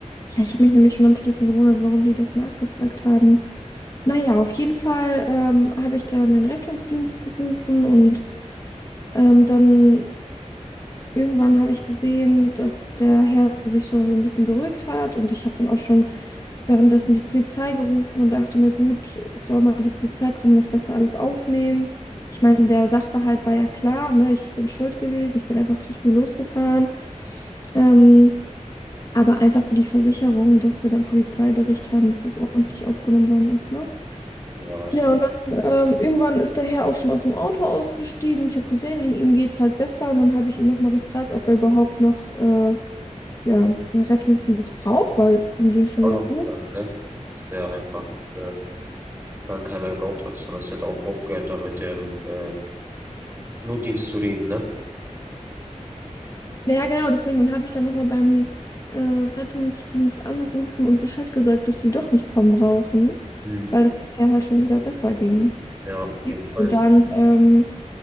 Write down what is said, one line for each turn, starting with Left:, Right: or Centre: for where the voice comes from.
Left: Ja, ich habe mich nämlich schon am Telefon gewundert, warum die das nachgefragt haben. Naja, auf jeden Fall ähm, habe ich dann den Rettungsdienst gerufen und ähm, dann Irgendwann habe ich gesehen, dass der Herr sich schon so ein bisschen beruhigt hat und ich habe dann auch schon währenddessen die Polizei gerufen und dachte mir, gut, soll mal die Polizei kommen, das besser alles aufnehmen. Ich meine, der Sachverhalt war ja klar, ne? Ich bin schuld gewesen, ich bin einfach zu früh losgefahren. Ähm, aber einfach für die Versicherung, dass wir dann Polizeibericht haben, dass das ordentlich aufgenommen worden ist, ne?
Right: Ja, das
Left: Ja,
Right: ist
Left: und dann ähm, irgendwann ist der Herr auch schon aus dem Auto ausgestiegen. Ich habe gesehen, ihm, ihm geht es halt besser. Und dann habe ich ihn nochmal gefragt, ob er überhaupt noch äh, ja, einen Rettungsdienst braucht, weil ihm ging es schon
Right: auch
Left: wieder
Right: noch
Left: gut.
Right: gesagt, ne? Dass der einfach äh, dann keiner gebraucht hat, sondern dass er da auch aufgehört, da mit dem äh, Notdienst zu reden, ne?
Left: Ja, genau, deswegen, dann habe ich dann nochmal beim äh, Rettungsdienst angerufen und Bescheid gesagt, dass die doch nicht kommen brauchen,
Right: Hm.
Left: weil es dem Herr halt schon wieder besser ging.
Right: Ja, auf
Left: Ja,
Right: jeden Fall.
Left: und dann ähm,